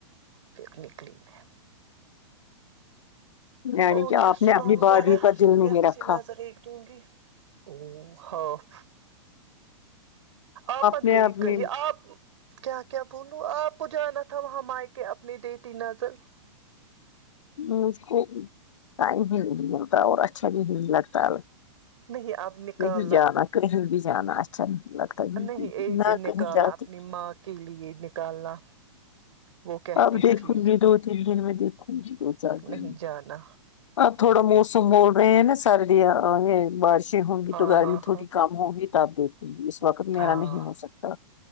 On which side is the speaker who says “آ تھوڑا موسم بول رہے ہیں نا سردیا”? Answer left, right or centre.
Left